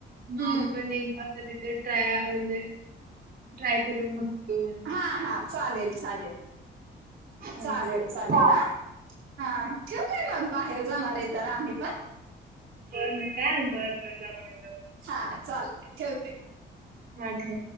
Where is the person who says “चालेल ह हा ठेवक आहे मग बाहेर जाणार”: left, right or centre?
Right